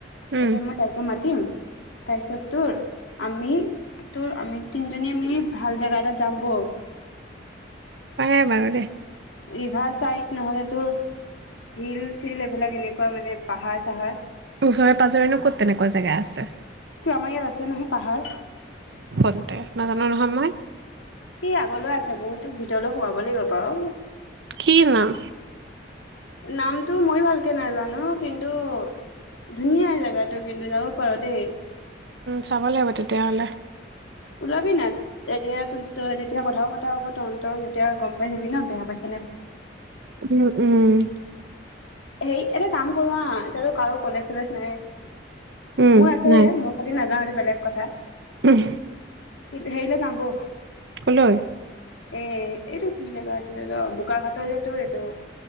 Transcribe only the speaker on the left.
তাৰ
পিছত মই তাকেই মাতিম। তাৰপিছত তোৰ আমি তোৰ আমি। তিনিজনী মিলি ভাল জেগা এটাত যাম বল।
ৰিভাৰ চাইড নহ'লেতো হিল চিল এইবিলাক এনেকুৱা মানে পাহাৰ চাহাৰ।
কিয় আমাৰ ইয়াত আছে নহয় পাহাৰ
সআগলৈ আছে বহুতো ভিতৰলৈ সোমাব লাগিব। বাৰু
নামটো মই ভালকে নাজানো কিন্তু ধুনীয়া জোগাতটো কিন্তু যাব পাৰো দেই।
ওলাব নাই, তেতিয়া তেতিয়া কথাও পাতিম। তই আকৌ তহঁতেও তেতিয়া গম পাই যাবি ন বেয়া পাইছে নে,
সেই এটা কাম কৰো আ এতিয়াাতো কাৰো কলেজ চলেজ নাই।
মোৰ আছে
মই খালি নাযাওঁ। বেলেগ কথা।
কি সেইলে যাওঁ বৈ।
এ এইটো কি জেগা আছিলে বোকাঘাটৰ যেটো এইটো